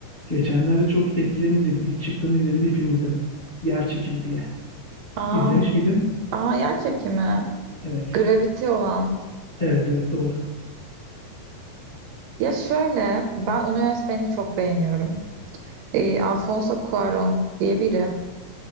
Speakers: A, on the left; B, on the right.
A: Geçenlerde çok eskiden izledim. İlk çıktığını izlediğim bir film izledim. Yer çekimi diye.
B: Aa,
A: İzlemiş miydin?
B: aa yer çekimi.
A: Evet.
B: Gravity olan.
A: Evet evet doğru.
B: Ya şöyle ben onun yönetmenini çok beğeniyorum. Ee, Alfonso Cuarón diye biri.